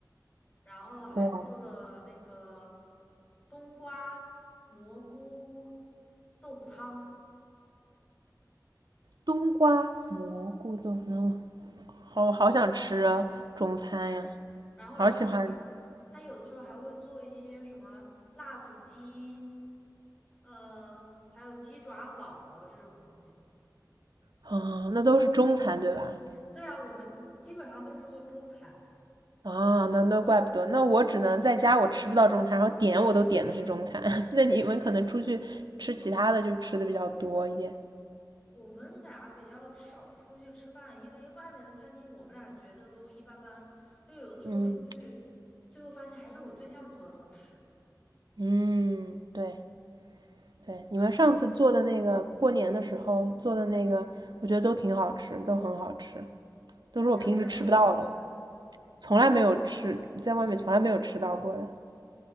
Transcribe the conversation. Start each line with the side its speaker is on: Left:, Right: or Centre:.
Left: 然后还做了那个
Right: 哇，
Left: 冬瓜、蘑菇、豆腐汤。
Right: 冬瓜蘑菇炖，嗯，好好想吃啊中餐呀，
Left: 然后，
Right: 好喜欢
Left: 然后他有他有的时候还会做一些什么辣子鸡，呃，还有鸡爪煲这种东西。
Right: 啊！那都是中餐对吧？
Left: 对啊，我们基本上都是做中餐。
Right: 啊，那那怪不得，那我只能在家我吃不到中餐，然后点我都点的是中餐。<laughs> 那你们可能出去吃其他的就吃的比较多一点。
Left: 我们俩比较少出去吃饭，因为外面的餐厅我们俩觉得都一般般，就有的时候出去，
Right: 嗯
Left: 最后发现还是我对象做的好吃。
Right: 嗯，对对，你们上次做的那个过年的时候做的那个，
Left: 好
Right: 我觉得都挺好吃，都很好吃，都是我平时吃不到的，
Left: 下次再来我家吃饭。
Right: 从来没有吃，在外面从来没有吃到过的。